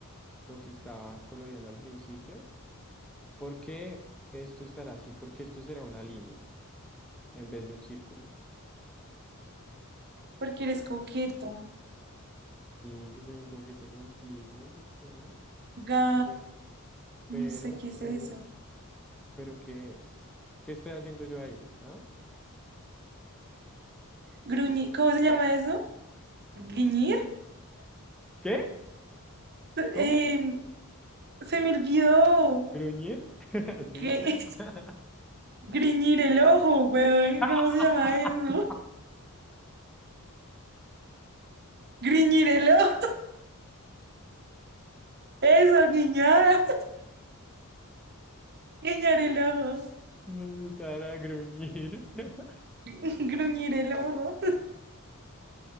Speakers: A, in the centre; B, on the right (about 45°).
A: lo que estaba coloreando al principio. ¿Por qué esto estará así? Porque esto será una línea en vez de un círculo.
B: porque eres coqueto,
A: Sí, yo soy un coqueto contigo, yo sé.
B: ga,
A: Pero,
B: no
A: pero,
B: sé qué es
A: pero,
B: eso,
A: pero, ¿qué es? ¿Qué estoy haciendo yo ahí? ¿Ah?
B: gruñir, ¿cómo se llama eso? ¿Griñir?
A: ¿Qué? ¿Cómo?
B: Eh, se me olvidó,
A: ¿Gruñir? <laughs> Sí,
B: gri-
A: claro.
B: <laughs> griñir el ojo, weón, ¿cómo
A: <laughs>
B: se llama eso? Griñir el ojo, eso, guiñar, <laughs> guiñar el ojo,
A: No, Sara, gruñir. <laughs>
B: <laughs> gruñir el ojo,